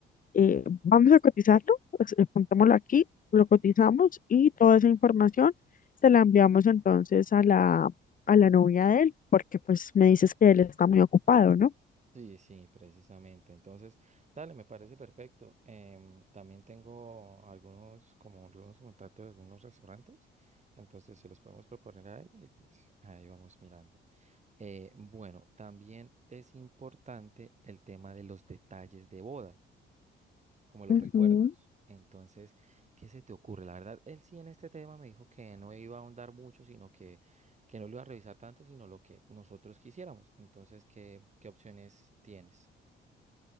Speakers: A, on the left; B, on the right.
A: eh, vamos a cotizarlo, pues, eh, pongámoslo aquí, lo cotizamos y toda esa información se la enviamos entonces a la, a la novia de él, porque pues me dices que él está muy ocupado, ¿no?
B: Sí, sí, precisamente. Entonces, dale, me parece perfecto. Em, también tengo algunos, como algunos contactos de algunos restaurantes, entonces se los podemos proponer a ella y pues ahí vamos mirando. Eh, bueno, también es importante el tema de los detalles de boda. como los
A: Ujú.
B: recuerdos. Entonces, ¿qué se te ocurre? La verdad, él sí en este tema me dijo que no iba a ahondar mucho, sino que, que no lo iba a revisar tanto, sino lo que nosotros quisiéramos. Entonces, ¿qué, qué opciones tienes?